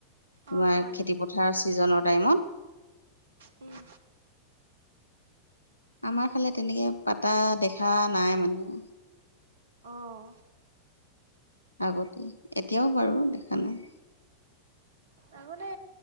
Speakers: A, on the left; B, on the right.
A: তোমাৰ
B: অ হয়
A: খেতিপথাৰ ছিজনৰ টাইমত।
B: উম।
A: আমাৰ ফালে তেনেকে পাতা দেখা নাই মানে।
B: অহ।
A: আগতে এতিয়াও বাৰু দেখা নাই।
B: তাৰমানে